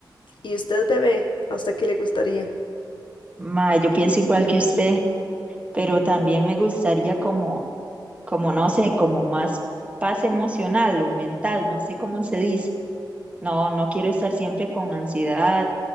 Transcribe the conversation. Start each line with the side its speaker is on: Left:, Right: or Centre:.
Left: ¿y usted, bebé? ¿A usted qué le gustaría?
Right: Ma, yo pienso igual que usted, pero también me gustaría como, como no sé, como más paz emocional o mental, no sé cómo se dice. No, no quiero estar siempre con ansiedad